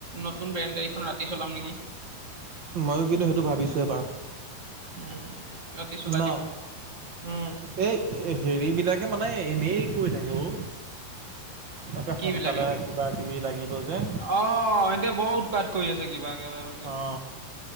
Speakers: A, on the right (about 25°); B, on the right (about 65°).
A: নতুন ব্ৰেন গাড়ীখন ৰাতি চলাম নেকি?
B: ময়ো কিন্তু সেইটো ভাবিছোঁ এবাৰ।
A: উম ৰাতি চলাই
B: ন
A: দিম উম।
B: এই হেৰি বিলাকে মানে এনেই কৈ থাকে অ। তাকে
A: কি
B: সোনকালে
A: বিলাকে?
B: কিবা কিবি লাগিব যে!
A: অ এতিয়া বৰ উৎপাত কৰি আছে কিবা কিবা। মানে।
B: অ